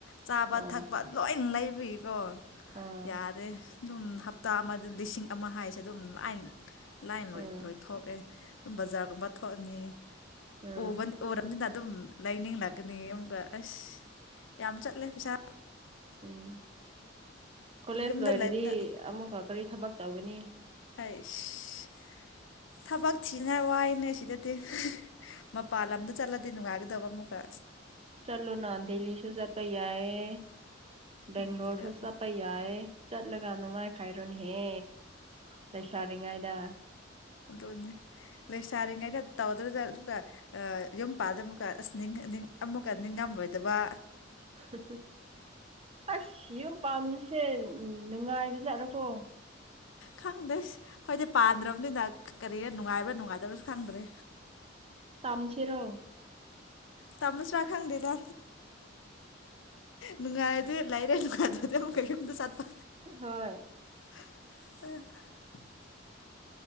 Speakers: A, on the left; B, on the right.
A: ꯆꯥꯕ
B: ꯑꯣ
A: ꯊꯛꯄ ꯂꯣꯏ ꯂꯩ ꯇꯕꯤ ꯀꯣ
B: ꯑꯥ
A: ꯌꯥꯔꯦ ꯑꯗꯨꯝ ꯍꯞꯇꯥ ꯑꯃꯗ ꯂꯤꯁꯤꯡ ꯑꯃ ꯍꯥꯏꯁꯦ ꯑꯗꯨꯝ ꯂꯥꯏꯅ ꯂꯥꯏꯟ ꯂꯣꯏ
B: ꯎꯝ
A: ꯂꯣꯏꯊꯣꯛꯑꯦ ꯑꯗꯨꯝ ꯕꯖꯥꯔꯒꯨꯝꯕ ꯊꯣꯛꯑꯅꯤ
B: ꯎꯝ
A: ꯑꯣꯕꯟ ꯑꯣꯔꯟꯅꯤꯅ ꯑꯗꯨꯝ ꯂꯥꯏꯅꯤꯡ ꯂꯥꯛꯀꯅꯤ ꯑꯃꯨꯛꯀ ꯑꯁ꯫ ꯌꯥꯝ ꯆꯠꯂꯦ ꯄꯩꯁꯥ꯫
B: ꯎꯝ ꯀꯣꯂꯦꯖ
A: ꯌꯨꯝꯗ
B: ꯂꯣꯏꯔꯗꯤ
A: ꯂꯩꯕꯅ
B: ꯑꯃꯨꯛꯀ ꯀꯔꯤ ꯊꯕꯛ ꯇꯧꯒꯅꯤ
A: ꯑꯩꯁ ꯊꯕꯛ ꯊꯤꯅꯉꯥꯏ ꯋꯥꯏꯅꯦ ꯁꯤꯗꯗꯤ꯫ ꯃꯄꯥ ꯂꯝꯗ ꯆꯠꯂꯗꯤ ꯅꯨꯡꯉꯥꯏꯒꯅꯤ꯫ ꯗꯕ ꯑꯃꯨꯒ
B: ꯆꯂꯣ ꯅꯅꯥꯗ ꯂꯤ ꯁꯨꯖꯥꯄꯩꯌꯥꯌꯦ ꯕꯦꯡꯂꯣꯔꯁꯨ
A: ꯎꯝ ꯌꯥꯝꯅ
B: ꯆꯠꯄ ꯌꯥꯏꯌꯦ꯫ ꯆꯠꯂꯒ ꯅꯨꯡꯉꯥꯏꯈꯥꯏꯔꯣꯅꯦꯍꯦ ꯂꯩꯁꯥꯔꯤꯉꯩꯗꯥ꯫
A: ꯑꯗꯨꯅꯤ ꯂꯩꯁꯥꯔꯤꯉꯩꯩꯅ ꯇꯧꯗꯧꯗ ꯑꯗꯨꯒ ꯌꯨꯝ ꯄꯥꯗ ꯑꯃꯨꯛꯀ ꯑꯁ ꯑꯃꯨꯛꯀ ꯅꯤꯡꯉꯝꯂꯣꯏꯗꯕ
B: ꯍꯍ ꯑꯁ ꯌꯨꯝ ꯄꯥꯟꯕꯥꯁꯦ ꯅꯨꯡꯉꯥꯏꯕꯖꯥꯠꯔꯀꯣ꯫
A: ꯈꯪꯗꯦ ꯈꫭꯏꯗꯤ ꯄꯥꯟꯗ꯭ꯔꯕꯅꯤꯅ ꯀꯔꯤꯔ ꯅꯨꯡꯉꯥꯏꯕ꯭ꯔꯥ ꯅꯨꯡꯉꯥꯏꯇꯕꯁꯨ ꯈꯪꯗ꯭ꯔꯦ꯫
B: ꯇꯝꯁꯤꯔꯣ
A: ꯇꯝꯑꯁꯤꯔ ꯈꯪꯗꯦꯗ꯫ ꯅꯨꯡꯉꯥꯏ ꯗꯤ ꯂꯩꯔꯦ <unintelligible> ꯁꯥꯠꯄ
B: ꯍꯣꯏ꯫
A: <unintelligible> <inaudible>